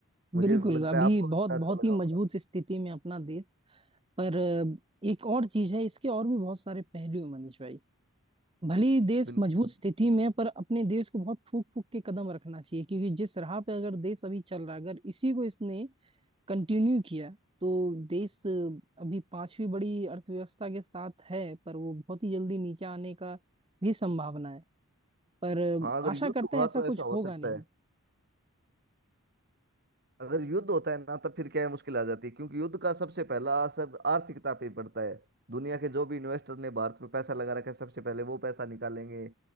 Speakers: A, on the right; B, on the right.
A: मुझे
B: बिल्कुल
A: लगता
B: अभी
A: है आपको भी
B: बहुत
A: बड़ा
B: बहुत
A: अच्छा लगा
B: ही
A: होगा
B: मजबूत स्थिति में अपना देश पर अ, एक और चीज है इसके और भी बहुत सारे पहलू हैं, मनीष भाई भले ही देश
A: बिल्कुल
B: मजबूत स्थिति में है, पर अपने देश को बहुत फूक फूक के कदम रखना चाहिए क्योंकि जिस राह पे अगर देश अभी चल रहा है अगर इसी को इसने कंटिन्यू किया तो देश अभी पांचवी बड़ी अर्थव्यवस्था के साथ है पर वो बहुत ही जल्दी नीचे आने का भी संभावना है पर
A: हाँ अगर
B: आशा
A: युद्ध
B: करते
A: हुआ
B: हैं ऐसा
A: तो
B: कुछ
A: ऐसा हो
B: होगा
A: सकता
B: नहीं
A: है अगर युद्ध होता है ना तब फिर क्या है मुश्किल आ जाती है क्योंकि युद्ध का सबसे पहला असर आर्थिकता पे पड़ता है दुनिया के जो भी इन्वेस्टर ने भारत में पैसा लगा रखा है सबसे पहले वो पैसा निकालेंगे